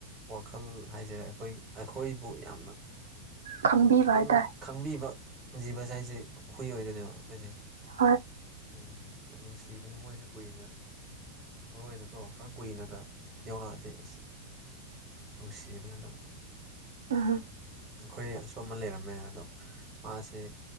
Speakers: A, on the right; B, on the right.
A: ꯋꯥꯈꯜ ꯍꯥꯏꯖꯔꯦ ꯑꯩꯈꯣꯏ ꯑꯩꯈꯣꯏꯕꯨ ꯌꯥꯝꯅ
B: ꯈꯪꯕꯤꯕ
A: ꯅꯪꯅ
B: ꯍꯥꯏꯇꯥꯔꯦ
A: ꯈꯪꯕꯤꯕ ꯖꯤꯕꯁ ꯍꯥꯏꯁꯦ ꯍꯨꯏ ꯑꯣꯏꯗꯣꯏꯅꯦꯕ ꯑꯩꯈꯣꯏꯁꯦ
B: ꯍꯣꯏ
A: ꯎꯝ ꯌꯥꯝ ꯅꯨꯡꯁꯤꯕꯅꯦ ꯃꯣꯏꯁꯦ ꯀꯨꯏꯅ ꯃꯔꯨꯑꯣ ꯑꯣꯏꯅꯀꯣ ꯈꯔ ꯀꯨꯏꯅꯒ ꯌꯧꯔꯛꯑꯗꯤꯦ ꯑꯁ ꯅꯨꯡꯁꯤꯕꯅ ꯑꯗꯨꯝ
B: ꯎꯨꯝ
A: ꯑꯩꯈꯣꯏ ꯑꯁꯣ ꯑꯃ ꯂꯩꯔꯝꯃꯦ ꯑꯗꯣ ꯃꯥꯁꯦ